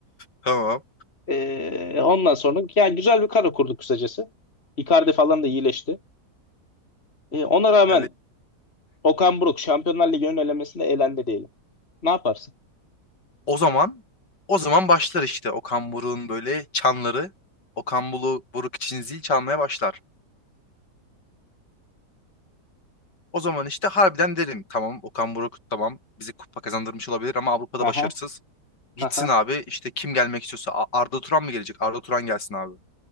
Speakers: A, on the left; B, on the left.
A: Tamam.
B: E, ondan sonra yani güzel bir kadro kurduk kısacası. Icardi falan da iyileşti. E, ona rağmen
A: Evet.
B: Okan Buruk Şampiyonlar Ligi'nin elemesinde elendi diyelim. Ne yaparsın?
A: O zaman o zaman başlar işte Okan Buruk'un böyle çanları. Okan Bulu- Buruk için zil çalmaya başlar. O zaman işte harbiden derim tamam Okan Buruk tamam bizi kupa kazandırmış olabilir ama Avrupa'da
B: Aha,
A: başarısız. Gitsin
B: aha.
A: abi işte kim gelmek istiyorsa A- Arda Turan mı gelecek? Arda Turan gelsin abi.